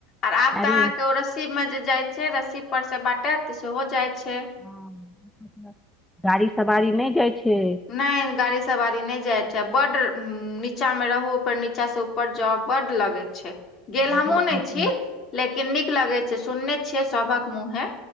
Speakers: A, on the left; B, in the centre.
A: आर आब
B: अरे
A: तऽ अहाँके ओ रस् रस्सी मे जे जाय छै रस्सी पर से बाटे त सेहो जाय छै।
B: हँ गाड़ी सवारी नै जाइ छै।
A: नै गाड़ी सवारी नै जाइ छै आ बड्ड उम नीचां मे रहू फेर नीचां से उपर जाउ बड्ड लगै छै।
B: भाग
A: गेल हमहुँ
B: लगै
A: नै
B: छै
A: छी लेकिन नीक लगै छै सुनने छियै सभक मुँहे।